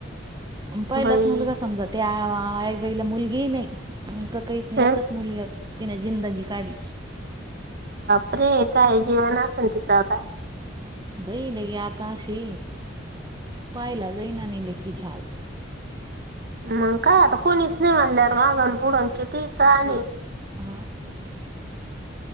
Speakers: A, on the right; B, on the right.
A: पहिलाच
B: बाई
A: मुलगा समजत आईबाईला मुलगी नाही, ककळीसनी
B: हं
A: अकास मुल्य तिने जिंदगी काढली,
B: ररे काय जीवण असं तिचं काय,
A: भाई लगे आताशी, पायला जाैन आणि लेखते खल
B: मग काय आता कोणीच नाही म्हणल्यावर मागण पुडून किती ताण आहे.
A: ह